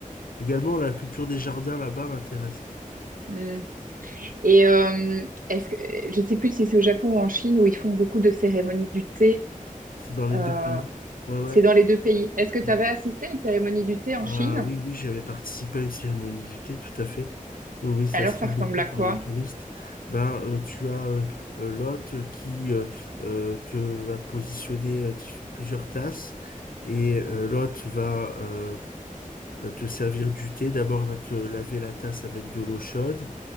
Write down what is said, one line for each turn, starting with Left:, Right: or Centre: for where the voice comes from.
Left: Également, la culture des jardins là-bas m'intéresse.
Right: Hmm. Et euh, est-ce que je ne sais plus si c'est au Japon ou en Chine où ils font beaucoup de cérémonies du thé.
Left: C'est dans les
Right: euh,
Left: deux pays. Ouais,
Right: c'est dans les deux pays. Est-ce que tu
Left: ouais.
Right: avais assisté à une cérémonie du thé en
Left: Ah
Right: Chine?
Left: oui, oui, j'avais participé à une cérémonie du thé, tout à fait. Oui, oui, ça
Right: Alors
Left: se
Right: ça
Left: fait beaucoup
Right: ressemble à
Left: pour
Right: quoi?
Left: les touristes. Ben, euh, tu as euh, euh, l'hôte qui euh, euh, te va te positionner euh, diff- plusieurs tasses et euh, l'hôte va euh, va te servir du thé. D'abord, elle va te laver la tasse avec de l'eau chaude.